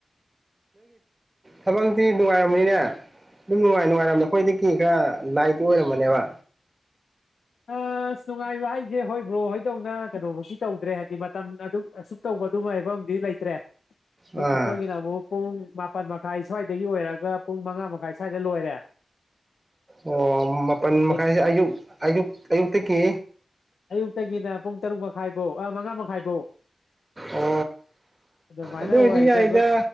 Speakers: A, on the right; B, on the left.
A: ꯊꯕꯛꯇꯛꯇꯤ ꯅꯨꯡꯉꯥꯏꯔꯝꯕꯅꯤꯅꯦ ꯑꯗꯨꯝ ꯅꯨꯡꯉꯥꯏ ꯅꯨꯡꯉꯥꯏꯔꯝꯕꯗ ꯑꯩꯈꯣꯏꯗꯒꯤ ꯈꯔ ꯂꯥꯏꯇꯤ ꯑꯣꯏꯔꯝꯕꯅꯦꯕ
B: ꯑ ꯅꯨꯡꯉꯥꯏꯕ ꯍꯥꯏꯁꯦ ꯍꯣꯏꯕ꯭ꯔꯣ ꯍꯣꯏꯗꯧꯅ ꯀꯩꯅꯣꯐꯧꯁꯤ ꯇꯧꯗ꯭ꯔꯦ ꯍꯥꯏꯕꯗꯤ ꯃꯇꯝ ꯑꯗꯨꯛ ꯑꯁꯨꯛ ꯇꯧꯕ ꯑꯗꯨꯝ ꯍꯥꯏꯕ ꯑꯗꯤ ꯂꯩꯇ꯭ꯔꯦ
A: ꯑꯥ
B: ꯑꯩꯈꯣꯌꯒꯤ ꯑꯃꯨꯛ ꯄꯨꯪ ꯃꯥꯄꯜ ꯃꯈꯥꯏ ꯁ꯭ꯋꯥꯏꯗꯒꯤꯣꯏꯔꯒ ꯄꯨꯡ ꯃꯉꯥ ꯃꯈꯥꯏ ꯁ꯭ꯋꯥꯏꯗ ꯂꯣꯏꯔꯦ
A: ꯑꯣ ꯃꯥꯄꯜ
B: ꯑꯗꯨ
A: ꯃꯈꯥꯏꯁꯦ ꯑꯌꯨꯛ ꯑꯌꯨꯛ ꯑꯌꯨꯛꯇꯒꯤ
B: ꯑꯌꯨꯛꯇꯒꯤꯅ ꯄꯨꯡ ꯇꯔꯨꯛ ꯃꯈꯥꯏꯐꯧ ꯃꯉꯥ ꯃꯈꯥꯏ
A: ꯑꯣ
B: ꯑꯗꯨꯃꯥꯏꯅ
A: ꯑꯗꯨꯗ
B: ꯑꯣꯏ
A: ꯑꯣꯏꯗꯤ ꯌꯥ
B: ꯑꯗꯨꯒ
A: ꯏꯗ